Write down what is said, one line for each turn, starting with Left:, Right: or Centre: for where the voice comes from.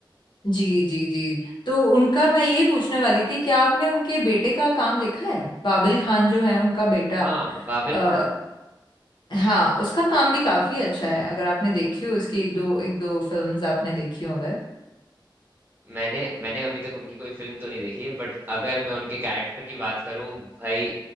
Left: जी जी जी तो उनका मैं यही पूछने वाली थी क्या आपने उनके बेटे का काम देखा है बाबिल खान जो है उनका बेटा
Right: हाँ बाबिल
Left: आ,
Right: खान
Left: हाँ उसका काम भी काफी अच्छा है अगर आपने देखी हो उसकी एक दो एक दो फिल्म्स आपने देखी हो अगर
Right: मैंने मैंने अभी तक उनकी कोई फिल्म तो नहीं देखी है बट अगर मैं उनके कैरेक्टर की बात करूं भाई